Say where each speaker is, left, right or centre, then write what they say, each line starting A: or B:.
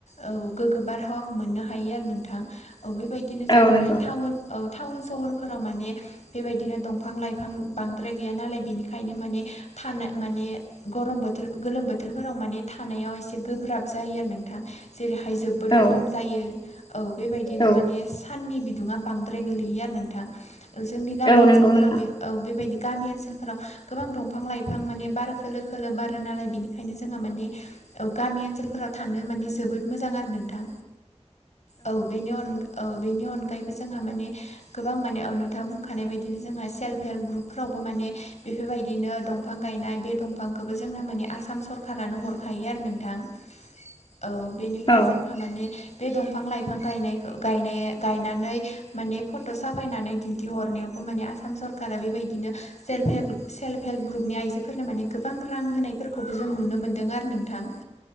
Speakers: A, on the left; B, on the left.
A: औ गोग्गो बारहावाखौ मोननो हायो आरो नोंथां औ बेबायदिनो जोंहा
B: औ नंगौ
A: माने टाउन औ टाउन सहरफोराव माने बेबायदिनो दंफां लाइफां बांद्राय गैया नालाय बेनिखायनो माने थानो माने गरम बोथोर गोलोम बोथोरफोराव माने थानायाव एसे गोब्राब जायो आरो नोंथां जेरैहाय जोबबोर
B: औ
A: गरम जा जायो औ बेबायदिनो
B: औ
A: माने साननि बिदुङा बांद्राय गोलैयो आरो नोंथां जोंनि गामि
B: औ
A: ओनसोलफोराव
B: नंगौ नोंथां
A: बे औ बेबायदि गामि ओनसोलफोराव गोबां दंफां लाइफां माने बार खोलो खोलो बारो नालाय बेनिखायनो जोंहा माने औ गामि ओनसोलफोराव थानो माने जोबोद मोजां आरो नोंथां औ बेनि अनगा औ बेनि अनगायैबो जोंहा माने गोबां माने नोंथाङा बुंखानाय बायदिनो जोंहा सेल्फ हेल्प ग्रुप फ्रावबो माने बेफोरबायदिनो दंफां गायनाय बे दंफांखौबो जोंना माने आसाम सरखारानो हर खायो आरो नोंथां औ बेनिफ्राय
B: औ
A: जों माने बे दंफां लाइफां गायनायखौ गायनाय गायनानै माने फट' साफायनानै दिन्थिहरनायावबो माने आसाम सरकारा बेबायदिनो सेल्फ हेल्प सेल्फ हेल्प ग्रुपनि आइजोफोरनो माने गोबां रां होनायफोरखौबो जों नुनो मोन दों आरो नोंथां